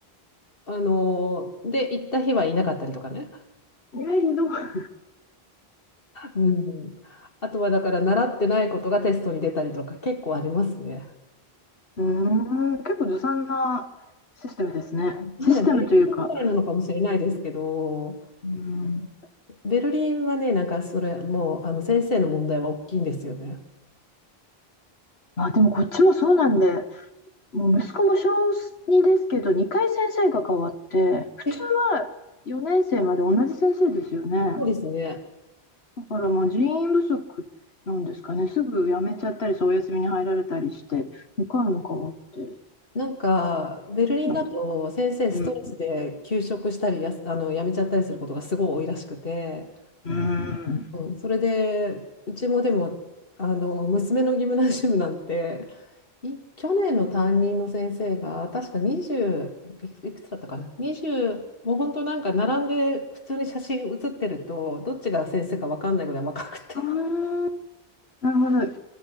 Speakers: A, on the left; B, on the left.
A: あの、で、行った日はいなかったりとかね。
B: えー、ひどい。
A: うん、あとはだから習ってないことがテストに出たりとか結構ありますね。
B: うーん、結構ずさんなシステムですね。
A: なんだベルリンだからなのかもしれないですけど、
B: システムというか、うーん、
A: ベルリンはね、なんかそれもうあの先生の問題は大きいんですよね。
B: まあでもこっちもそうなんで、もう息子も小2ですけど、2回先生が変わって、普通は4年生まで同じ先生ですよね。
A: え、そうですね。
B: だからまあ人員不足なんですかね、すぐ辞めちゃったり、そうお休みに入られたりして、2回も変わって、
A: なんかベルリンだと先生ストレスで休職したりやす、
B: なんで、うん、
A: あの辞めちゃったりすることがすごい多いらしくて、
B: うーん。
A: うん、それでうちもでもあの娘のギムナジウムなんてい去年の担任の先生が確か20いくいくつだったかな20もう本当なんか並んで普通に写真写ってるとどっちが先生か分かんないぐらい若くて、
B: ああ、なるほど。